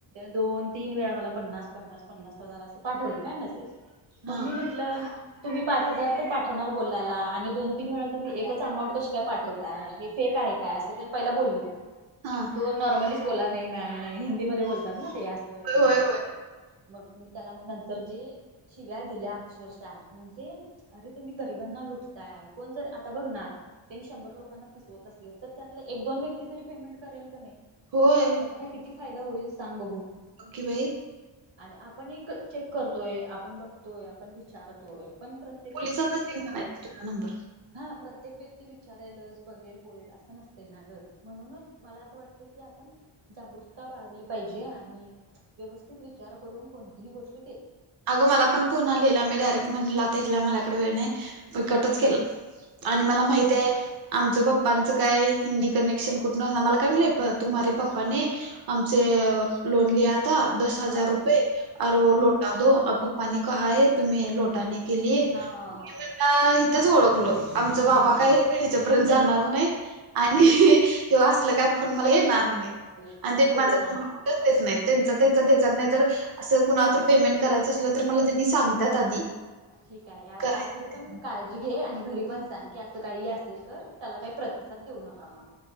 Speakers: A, on the right; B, on the right.
A: दोन-तीन वेळा मला, पन्नास-पन्नास-पन्नास हजार असं पाठवलं, काय मेसेज. मग
B: हा
A: मी म्हंटलं तुम्ही पाच हजार तर पाठवणार बोललेला आणि दोन-तीन वेळा तुम्ही एकच अमाऊंट कशी काय पाठवताय? हे फेक आहे का? असं तेनं पहिला बोललं
B: हा
A: तो नॉर्मलीच बोलला, नही मॅम नाही. हिंदीमध्ये बोलतात ना ते असं हे
B: होय
A: असं
B: होय
A: तसं मग मी त्याला, मग नंतर जे शिव्या दिल्या अक्षरशः म्हणजे अरे! तुम्ही गरिबांना लुटताय. कोण जर आता बघ ना त्यांनी शंभर लोकांना फसवत असले तर, त्यातला एक-दोन व्यक्ती तरी पेमेंट करेल का नाही?
B: होय.
A: मग त्यांना, किती फायदा होईल. सांग बघू?
B: बघ की बाई.
A: आणि आपण एकं चेक करतोयं, आपण बघतोयं, आपण विचारतोयं. पण प्रत्य
B: पोलिसातच देईन म्हणायच तुझा नंबर.
A: हा प्रत्येक व्यक्ती विचारेलंच बघेल, बोलेल असं नसतंय ना! गं. म्हणूनच मला असं वाटतंय की. आपण जागरूकता, बाळगली पाहिजे. आणि व्यवस्थित विचार करून कोणतीही गोष्टं
B: अगं मला पण फोन आलेला मी डायरेक्ट म्हंटलं आता हेनला माझ्याकडं वेळ नाही, मी कटच केल. आणि मला
A: बर
B: माहित आहे आमचं पप्पांचं, काय हिंदी कनेक्शन कुठून आलं? आ मला काय म्हणले, तुम्हारे पप्पाने हमसे लोन लिया था. दस हजार
A: हा
B: रुपये और
A: हा
B: ओ लोट टा दो. और पप्पा ने कहा हैं, तुम्हें लोटाने के लिए. मी
A: हा हा हा.
B: म्हणलं त्याला इथच ओळखलो. आमचं बाबा
A: हम्म
B: काय ह्याच्यापर्यंत जाणार नाही आणि हे असलं काय फोन मला येणार नाही.
A: तेच
B: आणि
A: यापूर्वी
B: त्यांनी माझा
A: हा
B: नंबर कुठंच देत नाहीत. त्यांचा-त्यांचा देतात, नाही तर असं कुणाला तर पेमेंट करायचं असलं तर मला त्यांनी सांगतात आधी.
A: ठीक आहे.
B: करायचं
A: यापुढे पण काळजी घे आणि घरी पण सांग की तसं काही असेल तर त्याला काही प्रतिसाद देऊ नका म्हणून.